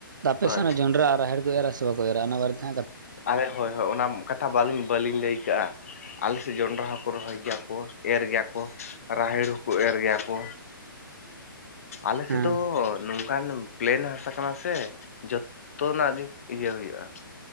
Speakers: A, on the right (about 55°); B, on the left (about 40°).
A: ᱟᱯᱮ
B: ᱦᱳᱭ
A: ᱥᱮᱱ ᱚᱱᱟ ᱡᱚᱸᱰᱨᱟ ᱟᱨ ᱨᱟᱦᱮᱲ ᱠᱚ ᱮᱨᱟ ᱥᱮ ᱵᱟ ᱠᱚ ᱮᱨᱟ ᱚᱱᱟ ᱵᱟᱨᱮ ᱛᱮ
B: <unintelligible> ᱦᱳᱭ ᱦᱳᱭ ᱚᱱᱟ ᱠᱟᱛᱷᱟ ᱵᱟᱹᱞᱤ ᱵᱟᱹᱞᱤᱧ ᱞᱟᱹᱭ ᱟᱠᱟᱜᱼᱟ ᱟᱞᱮ ᱥᱮᱫ ᱡᱚᱸᱱᱰᱨᱟ ᱦᱚᱸᱠᱚ ᱨᱚᱦᱚᱭ ᱜᱮᱭᱟ ᱠᱚ ᱮᱨ ᱜᱮᱭᱟ ᱠᱚ ᱨᱟᱦᱮᱲ ᱦᱚᱸᱠᱚ ᱮᱨ ᱜᱮᱭᱟ ᱠᱚ ᱟᱞᱮ
A: ᱦᱮᱸ
B: ᱥᱮᱫ ᱫᱚ ᱚᱱᱠᱟᱱ ᱯᱞᱮᱱ ᱦᱟᱥᱟ ᱠᱟᱱᱟ ᱥᱮ ᱡᱚᱛᱚᱱᱟᱜ ᱜᱮ ᱤᱭᱟᱹ ᱦᱩᱭᱩᱜᱼᱟ